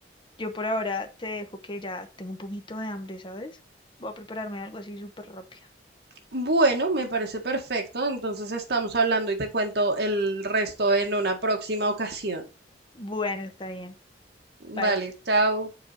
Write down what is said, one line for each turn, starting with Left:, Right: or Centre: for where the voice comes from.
Left: Yo por ahora te dejo que ya tengo un poquito de hambre, ¿sabes? Voy a prepararme algo así súper rápido.
Right: Bueno, me parece perfecto. Entonces estamos hablando y te cuento el resto en una próxima ocasión.
Left: Bueno, está bien. Bye.
Right: Vale, chao.